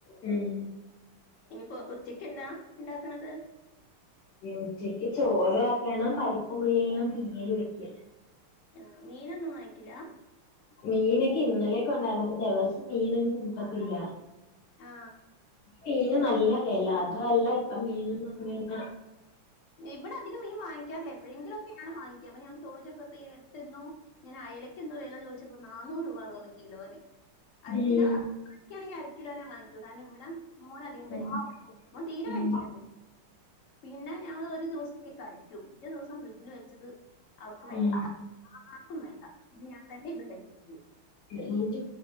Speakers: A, on the left; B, on the left.
A: ഉം
B: ഇനിപ്പോ ഉച്ചക്ക് എന്താ ഉണ്ടാക്കണത്
A: ഉച്ചയ്ക്ക് ചോറ് ആക്കണം പരിപ്പ് ഉള്ളിയും തീയൽ വെയ്ക്കും
B: ആ മീനൊന്നും വാങ്ങിക്കില്ലാ..
A: മീനൊക്കെ ഇന്നലെക്കെ ഉണ്ടായിരുന്നു ഇപ്പൊ ദിവസം മീനനൊന്നും കൂട്ടത്തില്ല
B: ആ..
A: മീന് നല്ല വെല അതുഅല്ല ഇപ്പം മീനൊന്നും
B: ഇവിടെ അധികം മീൻ വാങ്ങി - ക്കാറില്ല എപ്പഴെങ്കിലുംക്കെയാ വാങ്ങിക്കുക അപ്പ ഞാൻ ചോദിച്ചപ്പോ എടുത്തിരുന്നു ഞാൻ അയലക്ക് എന്തോ വില ചോദിച്ചപ്പോ നാന്നൂറ് രൂപാന്നു പറഞ്ഞു കിലോന് അരക്കിലോ
A: ഉം
B: മേടിക്കആണെങ്കിൽ അര കിലോനെ വാങ്ങിക്കൂ കാരണം ഇവിടെ മോന ധികം
A: ഉം
B: കഴിക്കില്ല മോൻ തീരെ
A: ഉം
B: കഴിക്കില്ല മീൻ പിന്നെ ഞങ്ങൾ ഒരു ദിവസക്കേ കഴിക്കൂ പിറ്റേ ദിവസം ഫ്രിഡ്ജിൽ വച്ചത് അവർക്ക് വേണ്ട
A: ഉം.
B: ആർക്കും വേണ്ട പിന്നെ ഞാൻ തന്നെ ഇരുന്ന് കഴിക്കും
A: നൂറ്റി